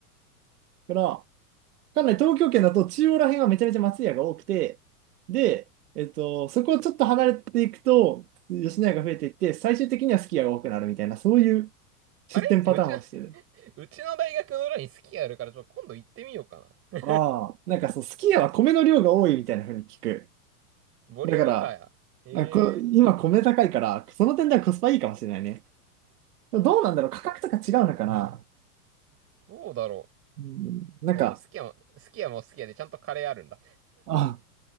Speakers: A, on the right; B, on the right.
A: だから、かんない東京圏だと中央ら辺はめちゃめちゃ松屋が多くて、で、えっと、そこをちょっと離れていくと、吉野家が増えていって、最終的にはすき家が多くなるみたいな、そういう出店パターンをしてる。
B: あれうちの、<laughs> うちの大学の裏に好きあるから、ちょっと今度行ってみようかな。
A: ああ、なんかそう、すき家は米の量が多いみたいな風に聞く。
B: ボリュームかや。
A: だから、
B: へえ、
A: あこ、今米高いから、その点ではコスパいいかもしれないね。でもどうなんだろう、価格とか違うのかな。
B: どうだろ
A: うん、なんか、
B: う。でも、すき家も、すき家もすき家でちゃんとカレーあるんだ。
A: あ、